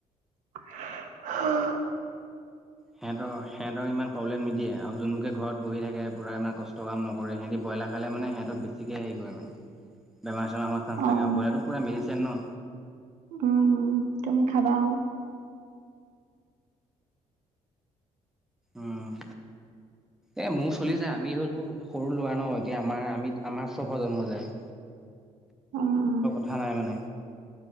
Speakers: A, on the right (about 80°); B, in the centre.
A: উহ।
B: সিহঁতৰ সিহতৰ ইমান প্ৰবলেম নিদিয়ে আৰু যোনবোৰে ঘৰত বহি থাকে পূৰা ইানে কষ্টৰ কাম নকৰে সিহঁতি ব্ৰইলাৰ খালে মানে সিহঁতক বেছিকৈ হেৰি কৰে মানে। বোৰেমাৰোৱা
A: অ',
B: চাাকে বইৰাাৰো পৰা মেিছে ন।
A: উম তুমি খাবা।
B: আহ
A: <inaudible>
B: এ মোৰ চলি যায় আমি হলেও সৰু ল'ৰা ন এতিয়া আমাৰ আমিত আমাৰ ছ প্ৰ জন্ম যায়।
A: উম,
B: উথা নাই মানে।